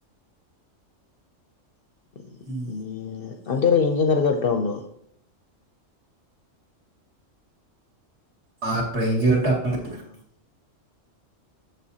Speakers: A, on the left; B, on the right.
A: <unintelligible>
B: ഉം.
A: അതേറ ഇഞ്ച പെട്ടൗണ
B: ആഞ് <unintelligible>
A: ആഹ്